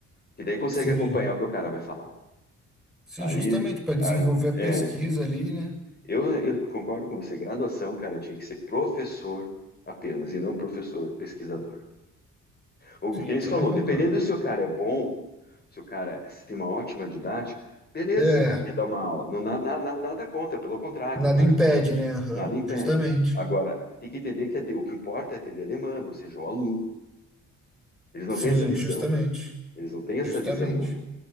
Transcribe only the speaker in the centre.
Sim,
sim,
justamente para desenvolver
a pesquisa ali, né?
Sim,
eu também
concordo.
É,
nada
impede, né? Aham,
justamente.
Sim,
justamente.
Justamente.